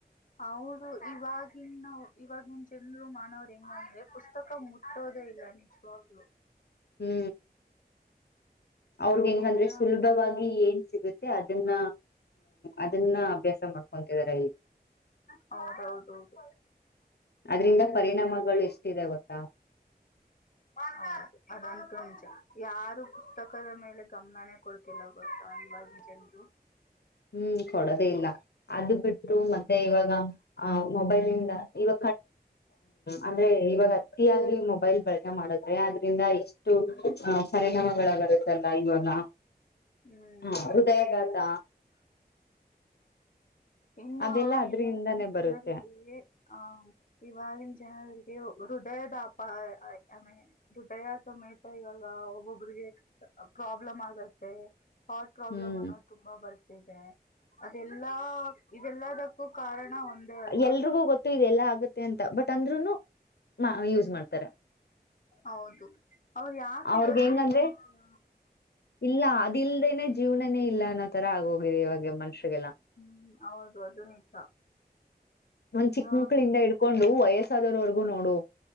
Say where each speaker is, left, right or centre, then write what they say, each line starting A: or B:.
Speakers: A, on the left (about 55°); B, on the left (about 85°).
A: ಅವರು ಇವಾಗಿವಾಗಿನ ಇವಾಗಿನ್ ಜನರು ಮಾಡವರು ಹೆಂಗಂದ್ರೆ ಪುಸ್ತಕ ಮುಟ್ಟೋ ಅ ಇದ ನಿಜವಾಗ್ಲು
B: ಹೂ ಅವ್ರಗ್ ಹೆಂಗಂದ್ರೆ
A: ನಿಜ
B: ಸುಲಭವಾಗಿ ಏನ್ ಸಿಗುತ್ತೆ ಅದನ್ನ ಅದನ್ನ
A: ಹ್ಮ್
B: ಅಭ್ಯಾಸ ಮಾಡ ಕುಂತಿದಿದ್ದಾರೆ
A: ಹೌದೌದೌದು
B: ಅದ್ರಿಂದ ಪರಿಣಾಮಗಳು ಎಷ್ಟಿದೆ ಗೊತ್ತಾ
A: ಹ ಅದಂತು ಉಂಚ ಯಾರು ಪುಸ್ತಕದ ಮೇಲೆ ಗಮನನೇ ಕೊಡ್ತಿಲ್ಲ ಗೊತ್ತು ಇವಾಗ ಜನರು
B: ಹೂ ಕೊಡದೇ ಇಲ್ಲ ಅದು ಬಿಟ್ಟು ಮತ್ತೆ ಇವಾಗ ಆ ಮೊಬೈಲ್ಂದ ಇವ ಅಂದ್ರೆ ಇವಾಗ ಅತಿಯಾಗಿ ಮೊಬೈಲ್ ಬಳಕೆ ಮಾಡದ್ರೆ ಆದದ್ರಿಂದ ಇಷ್ಟು ಹ ಪರಿಣಾಮಗಳ ಬರುತ್ತಲ್ಲ ಇವಾಗ
A: ಹ್ಮ್
B: ಹ
A: ಹೌದು
B: ಹೃದಯಾಘಾತ
A: ಇನ್ನ
B: ಅದೆಲ್ಲ ಅದ್ರಿಂದಾನೇ
A: ಇವಾಗಿನ ಜನರಿಗೆ
B: ಬರುತ್ತೆ
A: ಆ ಇವಾಗಿನ ಜನರಿಗ್ ಹೃದಯದಪ್ಪಾ ಆಮೇ ಹೃದಯ ಸಮೇತ ಈಗಾಗ ಒಬ್ಬೊಬ್ರಿಗೆ. ಪ್ರಾಬ್ಲಮ್ ಆಗತ್ತೆ. ಹಾರ್ಟ್ ಪ್ರಾಬ್ಲಮ್
B: ಹ್ಮ್
A: ಅನ್ನೋದು ತುಂಬಾ ಬರ್ತಿದೆ ಅದೆಲ್ಲಾ ಇದೆಲ್ಲಕ್ಕು ಕಾರಣ ಒಂದೇ ಅಲ್ವಾ.
B: ಎಲ್ರಿಗೂ ಗೊತ್ತು ಇದೆಲ್ಲಾ ಆಗುತ್ತೆ ಅಂತ ಬಟ್ ಅಂದ್ರುನು ಯೂಸ್ ಮಾಡ್ತಾರೆ.
A: ಹೌದು ಅವ್ರು ಯಾಕೆ
B: ಅವ್ರಗ
A: ಯೋಚನೆ
B: ಹೆಂಗಂದ್ರೆ
A: ಮಾಡಲ್ಲ
B: ಇಲ್ಲ ಅದ ಇಲ್ದೇನೆ ಜೀವನೇ ಇಲ್ಲ ಅನ್ನೋ ತರ ಆಗ ಹೋಗಿದೆ ಇವಾಗ ಮನುಷ್ಯರಿಗೆಲ್ಲ.
A: ಹ್ಮ ಹೌದು ಅದು ನಿಜ.
B: ಒಂದ್ ಚಿಕ್ಕ
A: ಇವಾಗ
B: ಮಕ್ಳಿಂದ
A: ವಿಶೇಷ-
B: ಇಡ್ಕೊಂಡು ವಯಸ್ಸಾದೋರ್ವರ್ಗೂ ನೋಡು